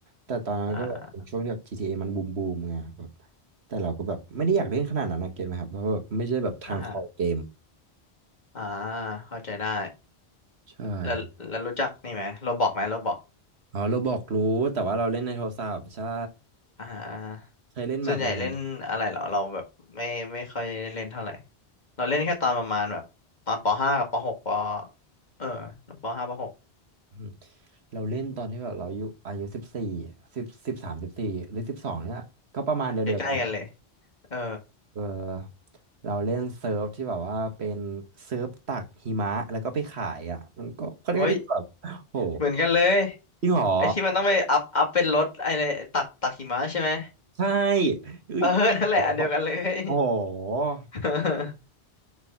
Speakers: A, on the right (about 75°); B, on the left (about 40°).
A: แต่ตอนนั้นก็แบบเป็นช่วงที่แบบ
B: อ่า
A: GTA มันบูมบูมไงแบบแต่เราก็แบบไม่ได้อยากเล่นขนาดนั้นนะเก็ตไหมครับเพราะว่าแบบไม่ใช่แบบทางคอเกม
B: อ่าอ่าเข้าใจได้
A: ใช่ครับ
B: แล้วแล้วรู้จักนี่ไหมโรบอกไหมโรบอก
A: อ๋อเราบอกรู้แต่ว่าเราเล่นในโทรศัพท์ใช่
B: อ่า
A: เคยเล่นแบบหนึ่ง
B: ส่วนใหญ่เล่นอะไรเหรอเราแบบไม่ไม่ค่อยได้เล่นเท่าไหร่เราเล่นแค่ตอนประมาณแบบตอนปห้ากับปหกปเออปห้าปหก
A: อืมเราเล่นตอนที่แบบเราอายุอายุสิบสี่สิบสิบสามสิบสี่หรือสิบสองเนี่ยก็ประมาณเดียวๆกัน
B: ใกล้ๆกันเลยเออ
A: เออเราเล่นเซิร์ฟที่แบบว่าเป็นเซิร์ฟตักหิมะแล้วก็ไปขายอ่ะมันก็ค่อนข้างที่แบบโห
B: เฮ้ยเหมือนกันเลย
A: จริงเหรอ
B: ไอ้ที่มันต้องไปอัพอัพเป็นรถไอ้เลยตักตักหิมะใช่ไหม
A: ใช่เอ้ยโห
B: เออนั่นแหละอันเดียวกันเลย
A: โอ้โห
B: <laughs>